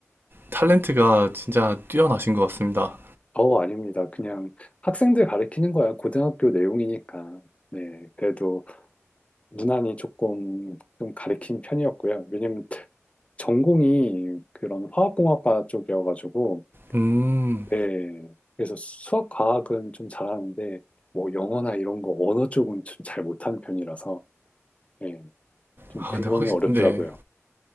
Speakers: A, on the right (about 45°); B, on the left (about 25°).
A: 탤런트가 진짜 뛰어나신 것 같습니다.
B: 어, 아닙니다. 그냥 학생들 가르치는 거야. 고등학교 내용이니까. 네, 그래도 무난히 조금 좀 가르친 편이었고요. 왜냐면 전공이 그런 화학공학과 쪽이어가지고
A: 음.
B: 네. 그래서 수학, 과학은 좀 잘하는데, 뭐 영어나 이런 거 언어 쪽은 좀 잘 못하는 편이라서, 네. 좀
A: 아,
B: 그거는
A: 근데 확실히
B: 어렵더라고요.
A: 네.